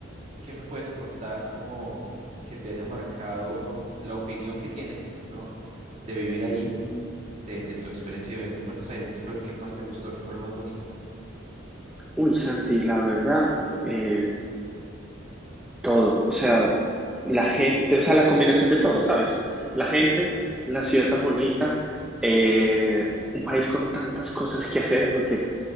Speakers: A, on the right; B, in the centre.
A: ¿qué me puedes contar como que te haya marcado uno, la opinión que tienes, ¿no? De vivir ahí, de, de tu experiencia viviendo en Buenos Aires, ¿qué fue lo que más te gustó? ¿Qué fue lo más bonito?
B: Uy, Santi, la verdad, eh, todo. O sea, la gente, o sea, la combinación de todo, ¿sabes? La gente, la ciudad tan bonita, eh, un país con tantas cosas que hacer, porque